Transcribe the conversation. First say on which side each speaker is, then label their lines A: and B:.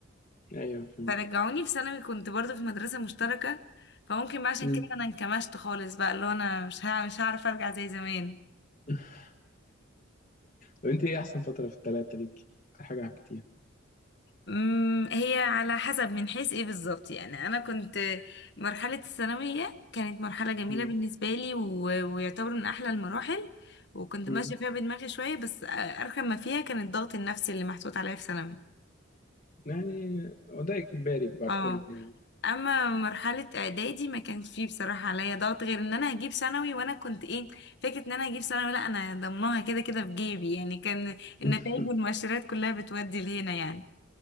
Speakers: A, on the left; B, on the left.
A: ايوه فهمت
B: فرجعوني في ثانوي كنت برضو في مدرسة مشتركة فممكن بقى عشان
A: مم.
B: كده انا انكمشت خالص بقى اللي هو انا مش ها مش هعرف ارجع زي زمان
A: <laughs> طب انت ايه احسن فتره في الثلاثه ليكي اكتر حاجه حبيتيها
B: أمم، هي على حسب من حيث ايه بالظبط يعني انا كنت مرحلة الثانوية كانت مرحلة جميلة
A: مم.
B: بالنسبة لي و... ويعتبر من احلى المراحل وكنت
A: مم.
B: ماشية فيها بدماغي شوية بس ارخم ما فيها كان الضغط النفسي اللي محطوط عليا في ثانوي
A: يعني هو ده اجباري بقى
B: اه
A: الكل يعني
B: اما مرحله اعدادي ما كانش فيه بصراحه عليا ضغط غير ان انا هجيب ثانوي وانا كنت ايه فكره ان انا هجيب ثانوي لا انا ضمناها كده كده في جيبي يعني كان
A: <laughs>
B: النتائج والمؤشرات كلها بتودي لهنا يعني